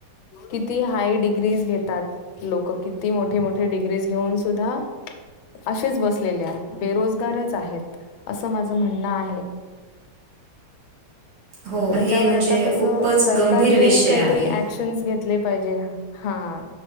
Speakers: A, on the left; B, on the right.
A: किती हाय डिग्रीज घेतात लोक किती मोठे मोठे डिग्रीज घेऊन सुद्धा असेच बसलेले आहेत बेरोजगारच आहेत अस माझं म्हणणं आहे
B: हो
A: त्याच्यावर
B: हे म्हणजे
A: आता कस
B: खूपच
A: सरकारने
B: गंभीर विषय
A: काहीतरी
B: आहे
A: घेतले पाहिजे हा